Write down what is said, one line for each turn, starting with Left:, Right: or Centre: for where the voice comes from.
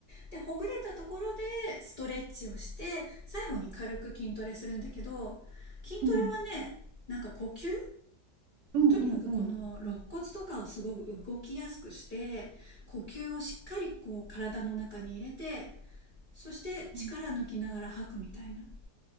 Left: で、ほぐれたところでストレッチをして、最後に軽く筋トレするんだけど、筋トレはね、
Right: うん。
Left: なんか呼吸
Right: うんうんうん。
Left: とにかくこの肋骨とかをすごく動きやすくして、呼吸をしっかりこう体の中に入れて、そして力抜きながら吐くみたいな。
Right: うん